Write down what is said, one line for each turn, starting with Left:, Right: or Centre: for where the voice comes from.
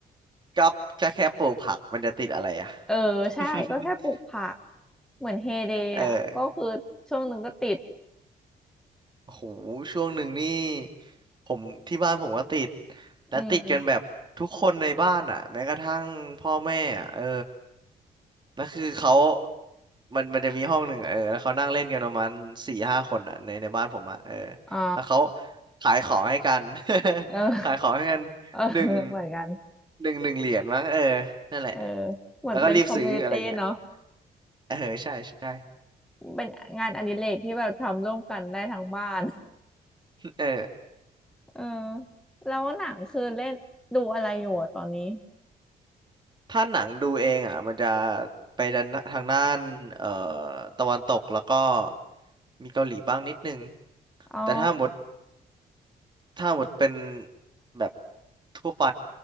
Right: กับแค่แค่ปลูกผักมันจะติดอะไรอ่ะ
Centre: เออใช่ก็แค่ปลูกผัก
Right: <laughs>
Centre: เหมือนเฮเดย์อ่ะก็คือช่วงหนึ่งก็ติด
Right: เออ โอ้โหช่วงหนึ่งนี่ผมที่บ้านผมก็ติดและติดกันแบบทุกคนในบ้านอ่ะแม้กระทั่งพ่อแม่อ่ะเออ
Centre: อืม
Right: นั่นคือเขามันมันจะมีห้องหนึ่งอะเออแล้วเขานั่งเล่นกันประมาณสี่ห้าคนอ่ะในในบ้านผมอ่ะเออ
Centre: อ๋อ
Right: แล้วเขาขายของให้กัน <laughs>
Centre: เออ
Right: ขายของให้กัน
Centre: <laughs> เออเหมือนกัน
Right: หนึ่งหนึ่งหนึ่งเหรียญมั้งเออนั่นแหละ
Centre: เออเหมือนเป็นคอมมูนิตี้เนาะ
Right: แล้วก็รีบซื้ออะไรเงี้ยเออใช่ใช่
Centre: เป็นงานอดิเรกที่แบบทำร่วมกันได้ทั้งบ้าน
Right: เออ
Centre: เออแล้วหนังคือเล่นดูอะไรอยู่อะตอนนี้
Right: ถ้าหนังดูเองอ่ะมันจะไปด้านทางด้านเอ่อตะวันตกแล้วก็มีเกาหลีบ้างนิดนึง
Centre: อ๋อ
Right: แต่ถ้าหมดถ้าหมดเป็นแบบทั่วไป